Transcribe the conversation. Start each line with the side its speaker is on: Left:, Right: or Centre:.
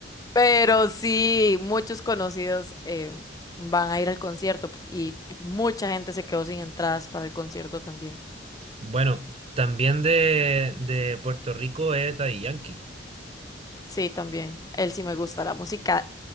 Left: pero sí, muchos conocidos eh, van a ir al concierto y mucha gente se quedó sin entradas para el concierto también.
Right: Bueno, también de, de Puerto Rico es Daddy Yankee.
Left: Sí, también. Él sí me gusta la música,